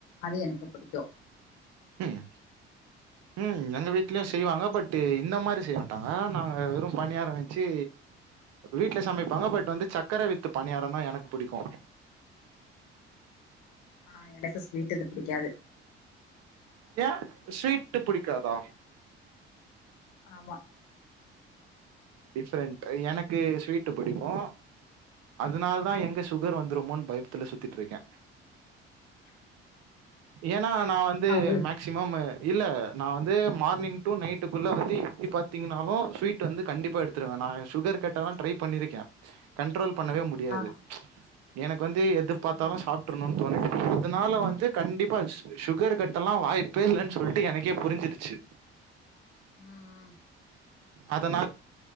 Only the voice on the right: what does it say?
ம்
ம் எங்க வீட்லயு செய்வாங்க பட் இந்த மாரி செய்ய மாட்டாங்க நாங்க வெறு பணியார வெச்சு வீட்ல சமைப்பாங்க பட் வந்து சக்கர வித்து பணியார தா எனக்கு புடிக்கு
ஏ ஸ்வீட்டு புடிக்காதா
டிஃப்ரெண்ட் எனக்கு ஸ்வீட்டு புடிக்கு அதனால்
தா எங்க சுகர் வந்துருமோன்னு பயத்துல சுத்திட்டு இருக்கே ஏன்னா நா வந்து
மேக் சிமம்மு இல்ல நா வந்து மார்னிங் டு நைட்டுக்குள்ள வந்து எப்டி பாத்தீங்கனாலு ஸ்வீட் வந்து கண்டிப்பா எடுத்துடுவே நா சுகர் கட்டல்லா ட்ரை பண்ணிருக்கே கண்ட்ரோல் பண்ணவே முடியாது
எனக்கு வந்து எது பாத்தாலு
சாப்ட்டுர்ணுனு தோணுது இதுனால வந்து கண்டிப்பா ஷு ஷுகர் கட்ட எல்லா வாய்ப்பே இல்லன்னு சொல்ட்டு எனக்கே புரிஞ்சிருச்சு
அதனால்